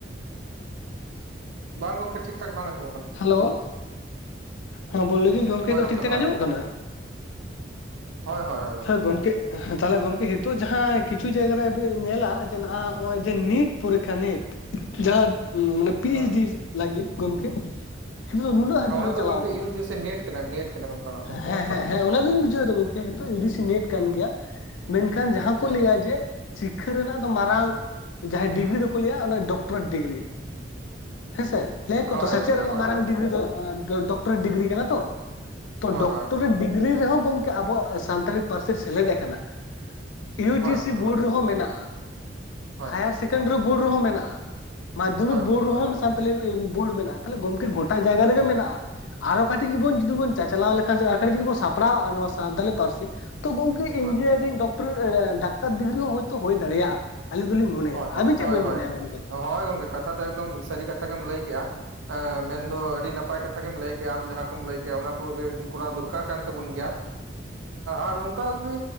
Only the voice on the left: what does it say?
ᱦᱮᱞᱳ ᱦᱚ ᱵᱚ ᱞᱟᱹᱭᱫᱟᱹᱧ ᱜᱚᱢᱠᱮ
ᱴᱷᱤᱠ ᱴᱷᱟᱠ
ᱟᱸᱡᱚᱢᱚᱜ ᱠᱟᱱᱟ
ᱦᱮᱸ ᱜᱚᱝᱠᱮ ᱛᱟᱦᱚᱞᱮ ᱜᱚᱝᱠᱮ ᱦᱤᱛᱚᱜ ᱡᱟᱦᱟᱸ ᱠᱤᱪᱷᱩ ᱡᱟᱭᱜᱟ ᱨᱮ ᱵᱤ ᱧᱮᱞᱟ ᱡᱮ ᱱᱟᱜᱷ ᱱᱚᱜ ᱚᱭ ᱡᱮ ᱱᱤᱴ ᱯᱚᱨᱤᱠᱠᱷᱟ ᱱᱤᱴ ᱡᱟᱦᱟᱸ ᱢᱟᱱᱮ ᱯᱤ
ᱮᱭᱤᱪ
ᱰᱤ
ᱞᱟᱹᱜᱤᱫ ᱜᱚᱢᱠᱮ᱾ ᱱᱤᱛᱚᱜ ᱫᱚ ᱱᱩᱱᱟᱹᱜ ᱦᱟᱹᱵᱤᱡ
ᱦᱚᱸ
ᱪᱟᱞᱟᱣ
ᱠᱟᱱᱟ
ᱦᱮᱸ ᱦᱮᱸ᱾ ᱦᱮᱸ ᱚᱱᱟ ᱫᱚᱧ ᱵᱩᱡᱷᱟᱹᱣ ᱫᱟ ᱜᱚᱝᱠᱮ ᱱᱤᱛᱚᱜ ᱤᱭᱩ ᱡᱤ ᱥᱤ ᱱᱮᱴ ᱠᱟᱱ ᱜᱮᱭᱟ ᱢᱮᱱᱠᱷᱟᱱ ᱡᱟᱦᱟᱸ ᱠᱚ
ᱞᱟᱹᱭᱟ ᱡᱮ ᱥᱤᱠᱠᱷᱷᱟᱹ ᱨᱮᱱᱟᱜ ᱫᱚ ᱢᱟᱨᱟᱝ ᱡᱟᱦᱟᱸᱭ ᱰᱤᱜᱽᱨᱤ ᱫᱚᱠᱚ ᱞᱟᱹᱭᱟ ᱚᱱᱟ ᱰᱚᱠᱴᱚᱨᱮᱴ ᱰᱤᱜᱽᱨᱤ᱾ ᱦᱮᱸᱥᱮ ᱞᱟᱹᱭ ᱟᱠᱟ
<unintelligible>
ᱥᱮᱪᱮᱫ
ᱨᱮᱱᱟᱜ
ᱢᱟᱨᱟᱝ
ᱰᱤᱜᱽᱨᱤ ᱫᱚ ᱰᱚᱠᱴᱚᱨᱮᱴ ᱰᱤᱜᱽᱨᱤ ᱠᱟᱱᱟ ᱛᱚ᱾ ᱛᱚ
ᱰᱚᱠᱴᱚᱨᱮᱴ
ᱰᱤᱜᱽᱨᱤ ᱨᱮᱦᱚᱸ ᱜᱚᱢᱠᱮ ᱟᱵᱚᱣᱟᱜ ᱥᱟᱱᱛᱟᱲᱤ ᱯᱟᱹᱨᱥᱤ ᱥᱮᱞᱮᱫ ᱟᱠᱟᱱᱟ᱾ ᱤᱭᱩ
ᱡᱤ ᱥᱤ
ᱵᱳᱨᱰ
ᱨᱮᱦᱚᱸ ᱢᱮᱱᱟᱜᱼᱟ,
ᱦᱟᱭᱟᱨ
ᱥᱮᱠᱮᱱᱰᱟᱹᱨᱤ ᱵᱳᱨᱰ ᱨᱮᱦᱚᱸ ᱢᱮᱱᱟᱜᱼᱟ᱾ ᱢᱟᱫᱽᱫᱷᱚᱢᱤᱠ
ᱵᱳᱲᱰ ᱨᱮᱦᱚᱸ
ᱥᱟᱱᱛᱟᱞᱤ ᱵᱳᱨᱰ ᱢᱮᱱᱟᱜᱼᱟ ᱛᱟᱦᱚᱞᱮ ᱜᱚᱢᱠᱮ ᱜᱚᱴᱟ
ᱡᱟᱭᱜᱟ ᱨᱮᱜᱮ ᱢᱮᱱᱟᱜᱼᱟ ᱟᱨᱚ ᱠᱟᱹᱴᱤᱡ ᱵᱚᱱ ᱡᱩᱫᱤ ᱵᱚᱱ ᱪᱟ-ᱪᱟᱞᱟᱣ ᱞᱮᱠᱷᱟᱱ ᱟᱨ ᱠᱟᱹᱴᱤᱡ ᱡᱩᱫᱤ ᱵᱚᱱ ᱥᱟᱯᱲᱟᱣᱼᱟ ᱱᱚᱣᱟ ᱥᱟᱱᱛᱟᱞᱤ ᱯᱟᱹᱨᱥᱤ ᱛᱚ ᱜᱚᱝᱠᱮ ᱤᱧᱡᱤᱱᱤᱭᱟᱨᱤᱝ,
ᱰᱚᱠᱴᱚᱨ, ᱮ ᱰᱟᱛᱟᱨ ᱰᱤᱜᱨᱤ ᱦᱚᱸ ᱦᱳᱭ ᱛᱳ ᱦᱩᱭ ᱫᱟᱲᱮᱭᱟᱜᱼᱟ ᱟᱹᱞᱤᱧ ᱫᱚᱞᱤᱧ ᱢᱚᱱᱮᱭᱟ
ᱟᱹᱵᱤᱱ
ᱪᱮᱫ ᱵᱤᱱ
ᱢᱚᱱᱮᱭᱟ ᱜᱚᱢᱠᱮ